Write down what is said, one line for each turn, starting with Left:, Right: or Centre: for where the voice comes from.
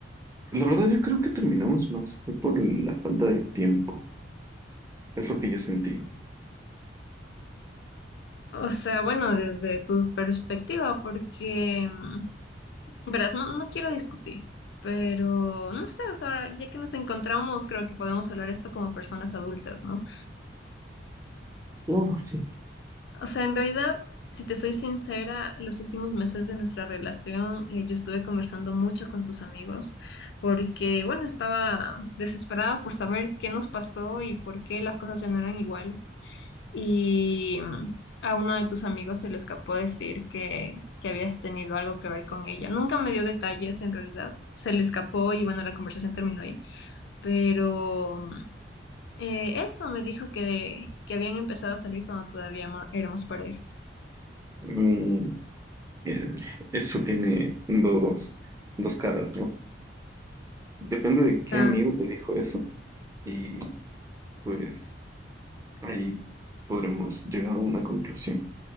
Right: La verdad, yo creo que terminamos más. Fue por la falta de tiempo. Es lo que yo sentí.
Left: O sea, bueno, desde tu perspectiva, porque, mm, verás, no, no quiero discutir, pero no sé, o sea, ya que nos encontramos, creo que podemos hablar esto como personas adultas, ¿no?
Right: Claro, sí.
Left: O sea, en realidad, si te soy sincera, los últimos meses de nuestra relación, eh, yo estuve conversando mucho con tus amigos porque, bueno, estaba desesperada por saber qué nos pasó y por qué las cosas ya no eran iguales. Y mm, a uno de tus amigos se le escapó decir que, que habías tenido algo que ver con ella. Nunca me dio detalles, en realidad. Se le escapó y, bueno, la conversación terminó ahí. Pero mm, eh, eso me dijo que, que habían empezado a salir cuando todavía mo- éramos pareja.
Right: Mm, eh, eso tiene dos, dos caras, ¿no? Depende de qué
Left: Ah,
Right: amigo te dijo eso y pues ahí podremos llegar a una conclusión.